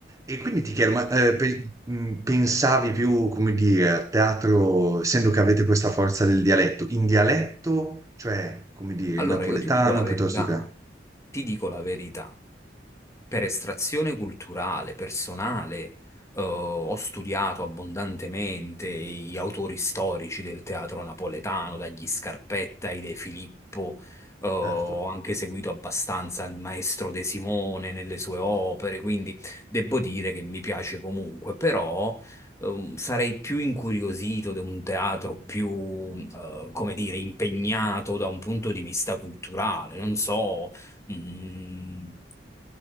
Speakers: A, on the right; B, on the left.
A: E quindi ti chiedo, ma eh, pe- mh, pensavi più, come dire, a teatro, essendo che avete questa forza del dialetto, in dialetto, cioè, come dire,
B: Allora,
A: in napoletano
B: io ti dico la
A: piuttosto
B: verità,
A: che...
B: ti dico la verità. per estrazione culturale, personale, eh, ho studiato abbondantemente gli autori storici del teatro napoletano, dagli Scarpetta ai De Filippo, eh, ho
A: Certo.
B: anche seguito abbastanza il maestro De Simone nelle sue opere, quindi devo dire che mi piace comunque, però ehm, sarei più incuriosito da un teatro più, eh, come dire, impegnato da un punto di vista culturale, non so. mm,